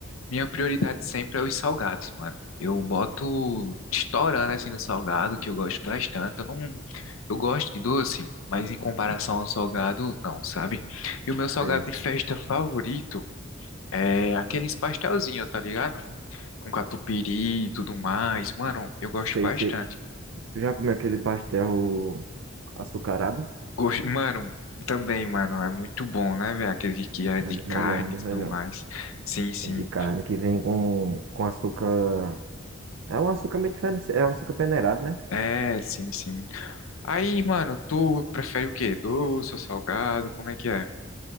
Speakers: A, on the left (about 85°); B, on the right (about 70°).
A: minha prioridade sempre é os salgados, mano. Eu boto estourando assim no salgado, que eu gosto bastante. Eu não, eu gosto de doce, mas em comparação ao salgado, não, sabe? E o meu salgado
B: Sei.
A: de festa favorito É aqueles pastelzinhos, tá ligado? Com catupiry e tudo mais. Mano, eu gosto
B: Sei,
A: bastante.
B: sei. Tu já comeu aquele pastel açucarado?
A: Gosto... Mano, também, mano, é muito bom, né, velho? Aquele que é
B: É
A: de
B: um dos melhores,
A: carne
B: um dos
A: e
B: melhores.
A: tudo mais. Sim, sim.
B: É De carne que vem com, com açúcar. É um açúcar meio diferente, é um açúcar peneirado, né?
A: É, sim, sim. Aí, mano, tu prefere o quê? Doce ou salgado? Como é que é?